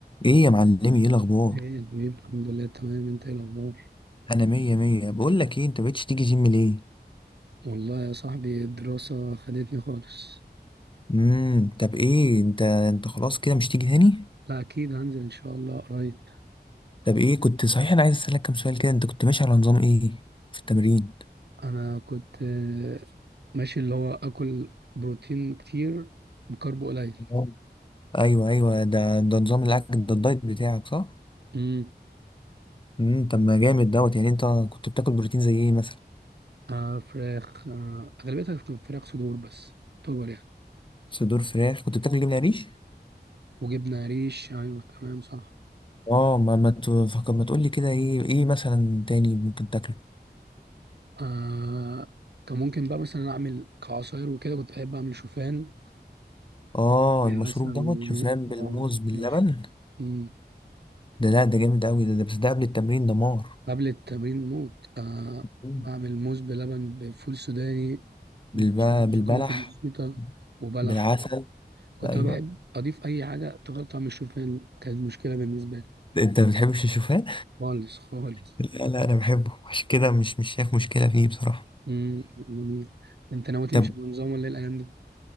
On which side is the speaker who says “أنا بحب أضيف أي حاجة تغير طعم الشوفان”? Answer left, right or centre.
Right